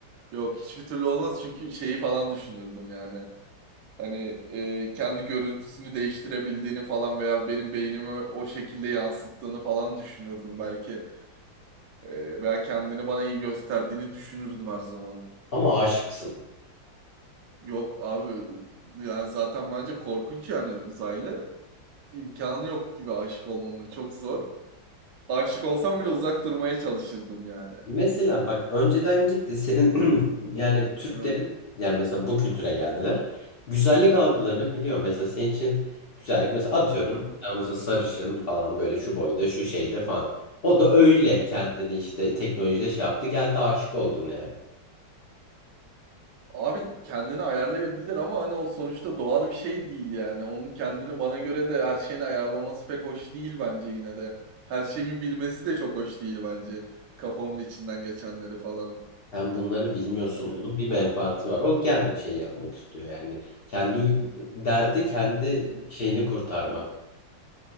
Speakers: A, on the right; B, on the left.
A: Yok hiçbir türlü olmaz çünkü şeyi falan düşünürdüm yani. Hani e, kendi görüntüsünü değiştirebildiğini falan veya benim beynimi o şekilde yansıttığını falan düşünürdüm belki. E, veya kendini bana iyi gösterdiğini düşünürdüm her zaman.
B: Ama aşıksın.
A: Yok abi yani zaten bence korkunç yani uzaylı. İmkanı yok gibi aşık olmamın çok zor. Aşık olsam bile uzak durmaya çalışırdım yani.
B: Mesela bak önceden gitti senin <clears throat> yani Türklerin
A: Hı,
B: yani mesela bu kültüre geldiler. Güzellik algılarını
A: hı,
B: biliyor. Mesela senin için güzellik mesela atıyorum
A: hı,
B: ya mesela sarışın falan böyle şu boyda şu şeyde falan. O da öyle
A: hı.
B: kendini işte teknolojide şey yaptı geldi aşık oldun yani.
A: Abi kendini ayarlayabilir ama hani o sonuçta doğal bir şey değil yani. Onun kendini bana göre de her şeyini ayarlaması pek hoş değil bence yine de. Her şeyimi bilmesi de çok hoş değil bence. Kafamın içinden geçenleri falan.
B: Sen bunları bilmiyorsun.
A: Hani,
B: Onun bir menfaati var. O gen şey yapmak istiyor yani. Kendi derdi kendi
A: hı,
B: şeyini kurtarmak.
A: hı.